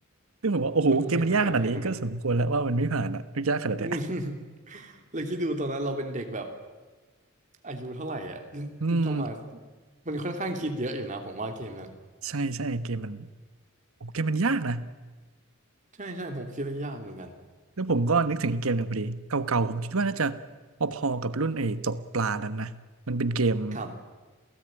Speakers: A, on the right; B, on the right.
A: ซึ่งผมว่าโอ้โหเกมมันยากขนาดนี้ก็สมควรแล้วว่ามันไม่ผ่านอ่ะยากขนาดเนี้ย
B: เออผมเห็นเหมือนกันผมเห็นเหมือนกัน <laughs> อืมแลวคิดดูตอนนั้นเราเป็นเด็กแบบอายุเท่าไหร่อ่ะ <laughs> ที่ที่ต้องมา
A: อืม
B: มันค่อนข้างคิดเยอะอยู่นะผมว่าเกมนั้น
A: ใช่ใช่เกมมันโอ้เกมมันยากนะ
B: ใช่ใช่ผมคิดว่ายากเหมือนกัน
A: แล้วผมก็นึกถึงอีกเกมหนึ่งพอดีเก่าๆผมคิดว่าน่าจะพอๆกับรุ่นไอ้ตกปลานั้นนะมันเป็นเกม
B: ครับ